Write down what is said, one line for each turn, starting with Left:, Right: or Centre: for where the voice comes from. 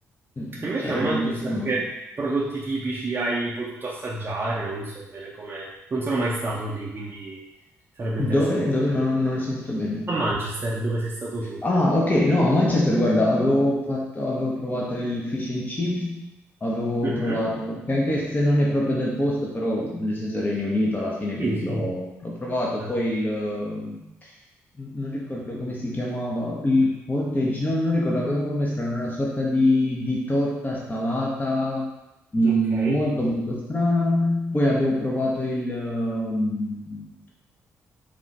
Left: Mm,
Right: E Invece
Left: Sarebbe
Right: a Manchester
Left: il mio sogno.
Right: che prodotti tipici hai potuto assaggiare? Non so bene come... Non sono mai stato lì, quindi sarebbe interessante
Left: Dove? Dove?
Right: capire.
Left: Non, non ho sentito bene.
Right: A Manchester, dove sei stato tu?
Left: Ah, ok, no, a Manchester, guarda, avevo fatto- avevo provato il fish and chips, avevo
Right: Mhm.
Left: provato, che anche se non è proprio del posto, però nel senso Regno Unito alla fine, quindi
Right: Sì, sì,
Left: l'ho l'ho provato.
Right: certo.
Left: Poi il, eh, non ricordo come si chiamava, il cottage, no, non ricordo, aveva un nome strano, era una sorta di, di torta salata, mh,
Right: Ok.
Left: molto molto strana. Poi avevo provato il, ehm,